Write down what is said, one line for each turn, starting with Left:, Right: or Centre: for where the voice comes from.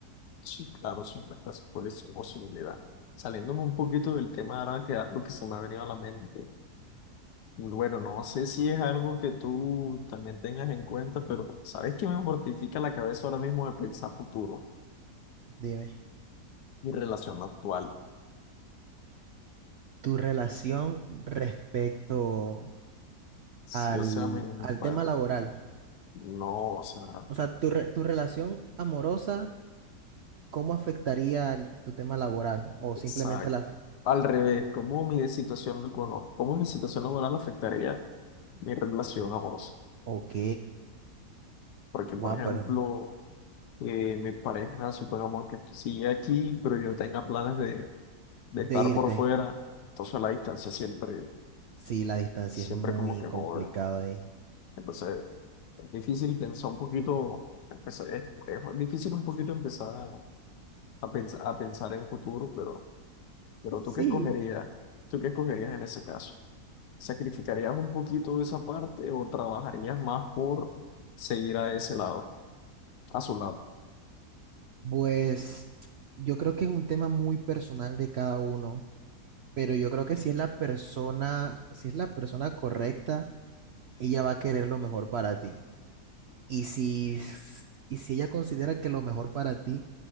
Left: Sí, claro, siempre está esa posi- posibilidad. Saliéndome un poquito del tema ahora que algo que se me ha venido a la mente. Bueno, no sé si es algo que tú también tengas en cuenta, pero ¿sabes qué me mortifica la cabeza ahora mismo de pensar futuro?
Right: Dime,
Left: mi relación actual.
Right: tu relación respecto
Left: Sí,
Right: al,
Left: o sea, me, me
Right: al
Left: pa-
Right: tema laboral,
Left: no, o sea,
Right: o sea, tu, re- tu relación amorosa, ¿cómo afectaría el- tu tema laboral? O
Left: exacto,
Right: simplemente la...
Left: al revés, ¿cómo mi situación, cono- cómo mi situación laboral afectaría mi relación a vos?
Right: Ok,
Left: Porque,
Right: wow,
Left: por ejemplo,
Right: pero
Left: eh, mi pareja, supongamos que sigue aquí, pero yo tenga planes de, de estar
Right: de irte,
Left: por fuera, entonces la distancia siempre,
Right: sí, la distancia
Left: siempre
Right: es muy
Left: como que
Right: complicada
Left: jode.
Right: ahí.
Left: Entonces, es difícil pensar un poquito, empezar- es, es difícil un poquito empezar a, a pensar, a pensar en futuro, pero... Pero
Right: Sí,
Left: ¿tú qué escogerías? ¿Tú qué escogerías en ese caso? ¿Sacrificarías un poquito de esa parte o trabajarías más por seguir a ese lado, a su lado?
Right: pues yo creo que es un tema muy personal de cada uno. pero yo creo que si es la persona, si es la persona correcta, ella va a querer lo mejor para ti. Y si, s- y si ella considera que lo mejor para ti